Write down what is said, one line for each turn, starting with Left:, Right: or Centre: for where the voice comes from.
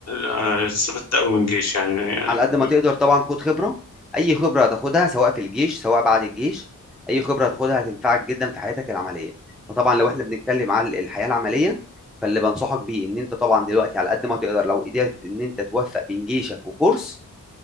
Left: آه، استفدت أوي من الجيش يعني, يعني
Centre: على قد ما تقدر طبعا خد خبره اي خبره هتاخدها سواء في الجيش سواء بعد الجيش اي خبره هتاخدها هتنفعك جدا في حياتك العمليه فطبعا لو احنا بنتكلم على الحياه العمليه فاللي بنصحك بيه ان انت طبعا دلوقتي على قد ما تقدر لو قدرت ان انت توفق بين جيشك وكورس